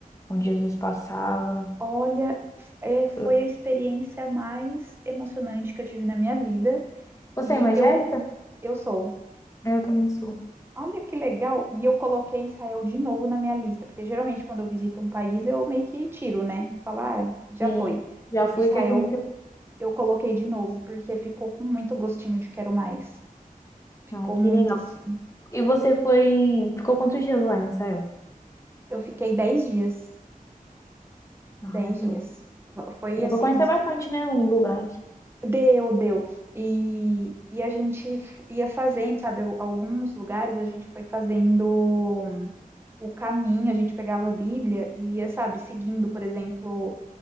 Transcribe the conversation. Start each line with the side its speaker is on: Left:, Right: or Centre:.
Left: onde Jesus passava.
Right: Olha, f- é, foi
Left: Eu-
Right: a experiência mais emocionante que eu tive na minha vida.
Left: Você
Right: E
Left: é evangélica?
Right: eu, eu sou
Left: É, eu também sou.
Right: Olha que legal! E eu coloquei Israel de novo na minha lista, porque geralmente quando eu visito um país eu meio que tiro, né? Falar, ah, já
Left: Sim.
Right: foi.
Left: Já fui,
Right: Israel
Left: quer conhecer.
Right: eu coloquei de novo, porque ficou com muito gostinho de quero mais. Ficou
Left: Ai, que
Right: muito
Left: legal.
Right: assim.
Left: E você foi. em- Ficou quantos dias lá em Israel?
Right: Eu fiquei 10 dias. dez
Left: Ai,
Right: dias.
Left: top.
Right: Foi
Left: Eu
Right: assim,
Left: vou conhecer
Right: uns-
Left: bastante, né? Uns lugares.
Right: deu, deu. E, e a gente f- ia fazendo, sabe? al- Alguns lugares a gente foi fazendo o caminho, a gente pegava a Bíblia e ia, sabe, seguindo, por exemplo.